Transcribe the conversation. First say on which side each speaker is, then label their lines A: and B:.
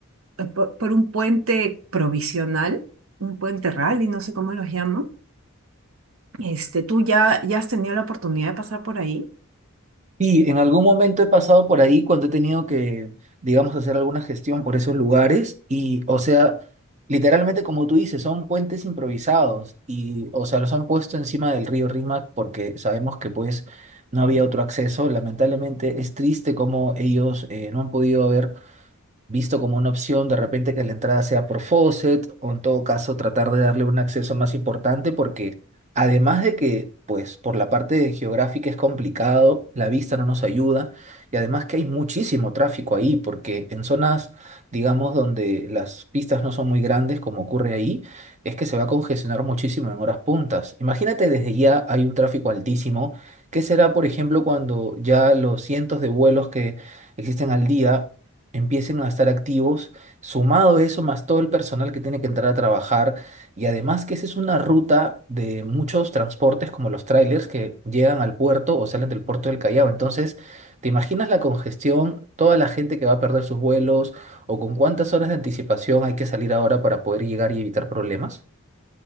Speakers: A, on the right (about 70°); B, on the right (about 35°).
A: por, por un puente provisional, un puente rally, no sé cómo los llaman. Este, ¿tú ya, ya has tenido la oportunidad de pasar por ahí?
B: Y en algún momento he pasado por ahí cuando he tenido que, digamos, hacer alguna gestión por esos lugares y, o sea, literalmente como tú dices, son puentes improvisados y, o sea, los han puesto encima del río Rímac porque sabemos que pues no había otro acceso. Lamentablemente es triste como ellos eh, no han podido ver visto como una opción de repente que la entrada sea por faucet o en todo caso tratar de darle un acceso más importante porque además de que pues por la parte geográfica es complicado, la vista no nos ayuda y además que hay muchísimo tráfico ahí porque en zonas digamos donde las pistas no son muy grandes como ocurre ahí es que se va a congestionar muchísimo en horas puntas. Imagínate desde ya hay un tráfico altísimo. ¿Qué será, por ejemplo, cuando ya los cientos de vuelos que existen al día empiecen a estar activos, sumado a eso, más todo el personal que tiene que entrar a trabajar, y además que esa es una ruta de muchos transportes como los trailers que llegan al puerto o salen del puerto del Callao. Entonces, ¿te imaginas la congestión, toda la gente que va a perder sus vuelos o con cuántas horas de anticipación hay que salir ahora para poder llegar y evitar problemas?